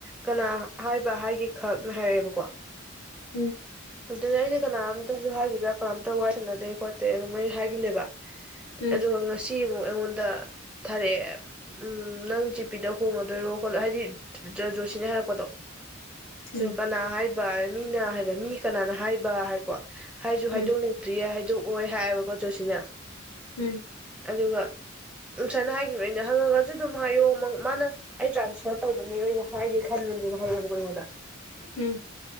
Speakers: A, in the centre; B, on the left.
A: ꯀꯅꯥ ꯍꯥꯏꯕ ꯍꯥꯏꯒꯦ ꯈꯛꯅ ꯍꯥꯏꯔꯛꯑꯦꯕꯀꯣ
B: ꯎꯝ
A: ꯑꯗꯨꯗꯩꯗꯤ ꯀꯅꯥꯝꯇꯁꯨ ꯍꯥꯏꯈꯤꯕ꯭ꯔꯥ ꯀꯅꯥꯝꯇ ꯋꯥꯔꯤ ꯁꯥꯟꯅꯗꯦ ꯈꯣꯠꯇꯦ ꯑꯗꯨꯝ ꯑꯩ ꯍꯥꯏꯒꯤꯝꯅꯦꯕ
B: ꯎꯝ
A: ꯑꯗꯨꯒ ꯉꯁꯤ ꯁꯤ ꯌꯦꯡꯉꯣ ꯑꯩꯉꯣꯟꯗ ꯊꯥꯔꯛꯑꯦ ꯎꯝ ꯅꯪ ꯖꯤꯄꯤꯗ ꯍꯣꯡꯉꯗꯣꯏꯔꯣ ꯈꯣꯠꯂꯣ ꯍꯥꯏꯗꯤ ꯖꯣꯁꯤꯅ ꯍꯥꯏꯔꯛꯄꯗꯣ
B: ꯎꯝ
A: ꯀꯥꯟꯅ ꯍꯥꯏꯕ ꯃꯤꯅ ꯍꯥꯏ ꯗ ꯃꯤ ꯀꯅꯥꯅ ꯍꯥꯏꯕ ꯍꯥꯏꯔꯦꯀꯣ ꯍꯥꯏꯖꯨ ꯍꯥꯏꯗꯣꯛꯅꯤꯡꯗ꯭ꯔꯤꯌꯦ
B: ꯎꯝ
A: ꯍꯥꯏꯗꯣꯛ ꯑꯣꯏ ꯍꯥꯏꯌꯦꯕꯀꯣ ꯖꯣꯁꯤꯅ
B: ꯎꯝ
A: ꯑꯗꯨꯒ ꯎꯝ ꯁꯨꯃꯥꯏꯅ ꯍꯥꯏꯒꯤꯕꯅꯦ ꯑꯩꯅ ꯍꯪꯅꯤꯡꯉꯁꯨ ꯑꯗꯨꯝ ꯍꯥꯏꯌꯣ ꯃꯥꯅ ꯑꯩ ꯇ꯭ꯔꯥꯟꯁꯐꯔ ꯇꯧꯕꯅꯦ ꯑꯣꯏꯅ ꯍꯥꯏꯒꯦ ꯈꯟꯕꯅꯦꯅ ꯍꯥꯏꯔꯛꯑꯦꯕꯀꯣ ꯑꯩꯉꯣꯟꯗ
B: ꯎꯝ